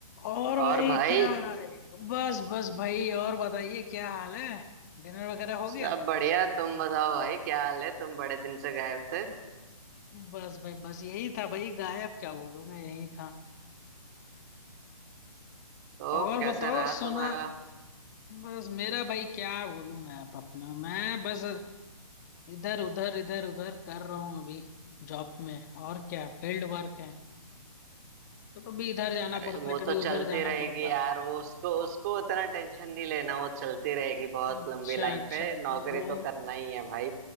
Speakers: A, on the left; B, on the right.
A: और
B: और
A: भाई
B: भाई
A: क्या बस बस भाई और बताइए क्या हाल है डिनर वगैरह हो
B: सब
A: गया
B: बढ़िया तुम बताओ भाई क्या हाल है तुम बड़े दिन से गायब थे
A: बस भाई बस यही था भाई गायब क्या बोलूं मैं यही था
B: तो
A: और
B: कैसा
A: बताओ
B: रहा
A: सुना
B: तुम्हारा
A: बस मेरा भाई क्या बोलूं मैं आप अपना मैं बस इधर उधर इधर उधर कर रहा हूँ अभी जॉब में और क्या फील्ड वर्क है तो कभी इधर जाना
B: अरे
A: पड़ता
B: वो
A: है कभी
B: तो चलती
A: उधर जाना
B: रहेगी
A: पड़ता
B: यार
A: है
B: वो उसको उसको उतना टेंशन नहीं लेना वो चलती रहेगी बहुत
A: अच्छा
B: लंबी लाइफ
A: अच्छा
B: है नौकरी
A: वो
B: तो करना ही है भाई